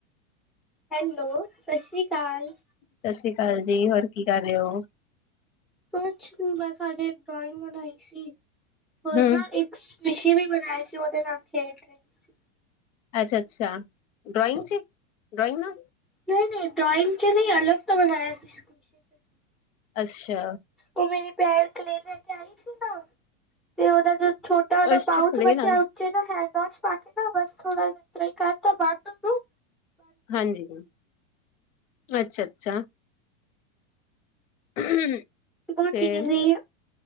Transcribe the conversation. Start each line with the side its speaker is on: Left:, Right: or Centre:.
Centre: ਹੈਲੋ ਸਾ ਸ਼੍ਰੀ ਕਾਲ।
Left: ਸਾਸੀ ਕਾਲ ਜੀ ਹੋਰ ਕੀ ਕਰ ਰੇ ਓ?
Centre: ਕੁਛ ਨੀ ਬਸ ਆੱਜ ਏਕ ਡਰੋਇੰਗ ਬਣਾਈ ਸੀ ਹੋਰ
Left: ਹੂੰ,
Centre: ਨਾ ਇੱਕ ਸਵਿਸ਼ੀ ਵੀ ਬਣਾਏ ਸੀ ਓਦੇ ਨਾਲ ਖੇਡ ਰਹੀ ਸੀ
Left: ਅੱਛਾ-ਅੱਛਾ ਡ੍ਰੋਇੰਗ ਚ ਡ੍ਰੋਇੰਗ ਨਾਲ।
Centre: ਨਈ-ਨਈ ਡਰਾਇੰਗ ਚ ਨਈ ਅਲਗ ਤੋਂ ਬਣਾਇਆ ਸੀ ਵਿਸ਼ੇ ਤੇ
Left: ਅੱਛਾ।
Centre: ਓ ਮੇਰੇ ਪੈੜ ਕਲੇ ਲੈ ਕੇ ਆਈ ਸੀ ਨਾ। ਤੇ ਓਦਾ ਜੋ ਛੋਟਾ ਉਦਾ
Left: ਅੱਛਾ,
Centre: ਪਾਊਚ
Left: ਕਲੇ
Centre: ਬਚਿਆ
Left: ਨਾਲ,
Centre: ਜੇ ਨਾ ਹੈਂਡ ਵੋਸ਼ ਪਾ ਕੇ ਨਾ ਬਸ ਥੋੜਾ ਜਾ ਏਦਾਂ ਈ ਕਰਤਾ ਬੰਦ ਓਨੂੰ।
Left: ਹਾਂਜੀ ਹਾ, ਅੱਛਾ-ਅੱਛਾ। <inaudible>
Centre: ਬੋਤ
Left: ਫੇਰ
Centre: ਈ ਇਜ਼ੀ ਏ।